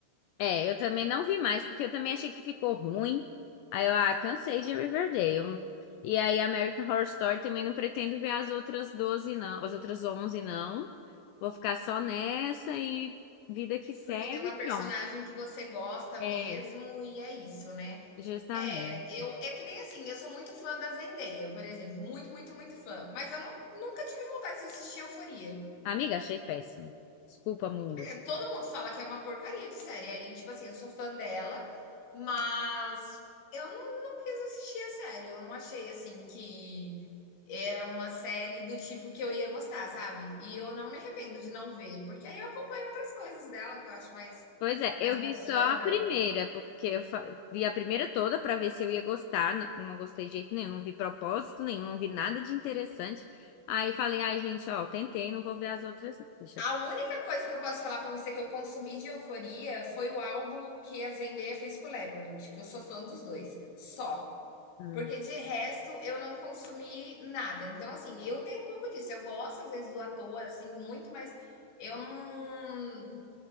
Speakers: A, on the left (about 80°); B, on the left (about 65°).
A: É, eu também não vi mais, porque eu também achei que ficou ruim. Aí eu, ah, cansei de Riverdale. E aí American Horror Story também não pretendo ver as outras 12 não. As outras 11 não. Vou ficar só nessa e vida que segue,
B: Porque tem uma personagem
A: pronto.
B: que você gosta
A: É,
B: mesmo e é isso, né.
A: justamente.
B: É, eu é que nem assim, eu sou muito fã da Zendaya, por exemplo, muito, muito, muito fã, mas eu não nunca tive vontade de assistir Euforia.
A: Amiga, achei péssimo. Desculpa, mundo.
B: É, todo mundo fala que é uma porcaria de série, aí, tipo assim, eu sou fã dela, mas eu não não quis assistir a série, eu não achei, assim, que era uma série do tipo que eu ia gostar, sabe. E eu não me arrependo de não ver, porque aí eu acompanho outras coisas dela que eu acho mais
A: Pois é,
B: mais
A: eu
B: bacana.
A: vi só a primeira, porque eu fa- vi a primeira toda pra ver se eu ia gostar. Não, não gostei de jeito nenhum, não vi propósito nenhum, não vi nada de interessante. Aí falei, ai, gente, ó, tentei, não vou ver as outras, não. Deixa
B: A
A: eu...
B: única coisa que eu posso falar pra você que eu consumi de Euforia foi o álbum que a Zendaya fez com o Labyrinth, que eu sou fã dos dois, só.
A: Hum.
B: Porque de resto eu não consumi nada. Então, assim, eu tenho um pouco disso. Eu gosto às vezes do ator, assim, muito, mas eu não,